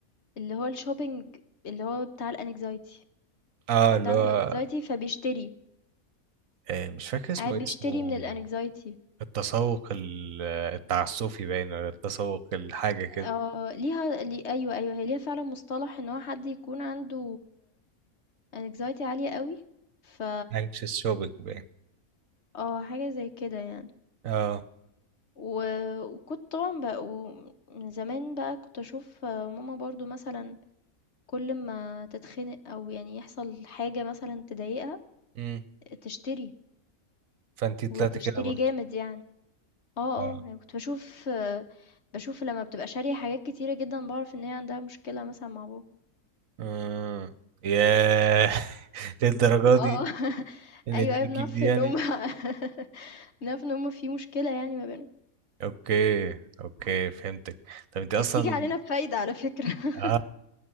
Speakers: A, on the left (about 55°); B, on the right (about 70°).
A: اللي هو الشوبينج اللي هو بتاع الانكزايتي
B: اه
A: حد
B: اللي
A: عنده
B: هو
A: انكزايتي فبيشتري
B: آه، مش فاكر اسمه
A: قاعد
B: إيه،
A: بيشتري
B: اسمه
A: من الانكزايتي
B: التسوق ال- التعسفي باين ولا التسوق الحاجة كده
A: اه ليها لي... ايوه ايوه هي ليها فعلا مصطلح ان هو حد يكون عنده anxiety عالية قوي ف
B: anxious shopping باين
A: اه حاجة زي كده يعني
B: اه
A: و... وكنت طبعا بقى ومن زمان بقى كنت اشوف آه، ماما برضو مثلا كل ما تتخنق او يعني يحصل حاجة مثلا تضايقها
B: امم
A: تشتري
B: فانت طلعت
A: وتشتري
B: كده برضو
A: جامد يعني اه
B: اه
A: اه يعني كنت بشوف آه، بشوف لما بتبقى شارية حاجات كتيرة جدا بعرف ان هي عندها مشكلة مثلا مع بابا
B: آه. ياه <laughs> للدرجة
A: اه
B: دي
A: <laughs> آه.
B: ان
A: ايوه
B: دي
A: ايوه
B: بتجيب
A: بنعرف
B: دي
A: ان
B: يعني
A: هم <laughs> بنعرف ان هم في مشكلة يعني ما بينهم
B: اوكي اوكي فهمتك طب انت اصلا
A: هي بتيجي علينا بفايدة على فكرة <laughs>
B: اه